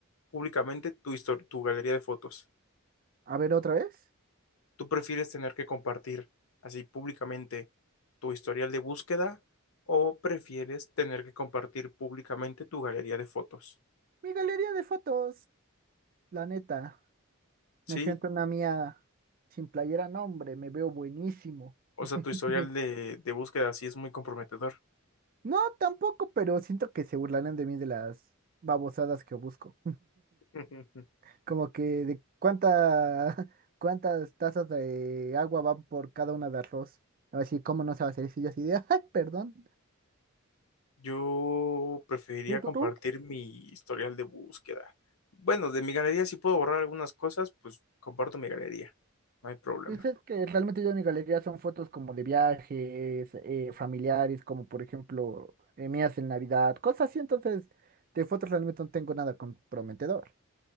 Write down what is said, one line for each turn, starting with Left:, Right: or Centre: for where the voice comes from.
Left: públicamente tu, histor- tu galería de fotos?
Right: A ver, otra vez.
Left: ¿Tú prefieres tener que compartir así públicamente tu historial de búsqueda o prefieres tener que compartir públicamente tu galería de fotos?
Right: Mi galería de fotos, la neta.
Left: Sí,
Right: Me siento una mía sin playera, no, hombre, me veo buenísimo. <laughs>
Left: O sea, tu historial de, de búsqueda así es muy comprometedor.
Right: No, tampoco, pero siento que se burlarán de mí de las babosadas que busco.
Left: <laughs>
Right: <laughs> Como que de cuánta, <laughs> cuántas tazas de agua van por cada una de arroz. A ver si, ¿cómo no se va a hacer eso? Y yo así de, ay, perdón.
Left: Yo preferiría
Right: ¿Tú, tú,
Left: compartir
Right: tú?
Left: mi historial de búsqueda. Bueno, de mi galería, si puedo borrar algunas cosas, pues comparto mi galería. No hay problema.
Right: Dices que realmente yo en mi galería son fotos como de viajes, eh, familiares, como por ejemplo eh, mías en Navidad, cosas así, entonces de fotos realmente no tengo nada comprometedor.